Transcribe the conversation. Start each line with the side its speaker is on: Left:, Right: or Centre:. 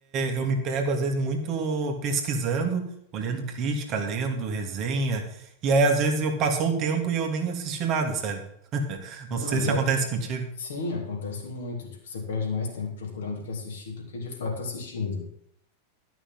Right: eu me pego às vezes muito pesquisando, olhando crítica, lendo resenha, e aí às vezes eu passou o tempo e eu nem assisti nada, sabe?
Left: Não,
Right: Não sei
Left: e
Right: se
Left: é.
Right: acontece contigo.
Left: Sim, acontece muito. Tipo, você perde mais tempo procurando o que assistir do que de fato assistindo.